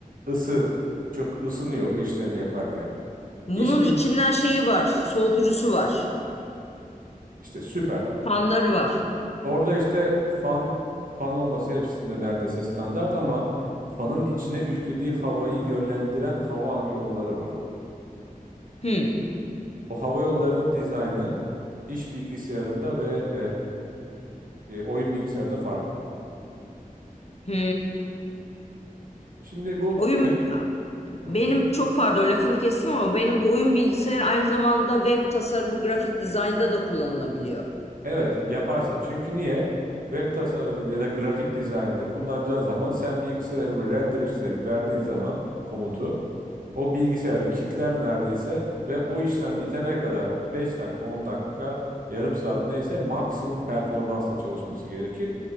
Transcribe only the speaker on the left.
Bunun
içinden şeyi var. Soğutucusu var.
Fanları var.
Hı.
Hı.
Oyun
benim
çok pardon lafını kestim ama benim bu oyun bilgisayarı aynı zamanda web tasarımı, grafik dizaynda da kullanılabiliyor.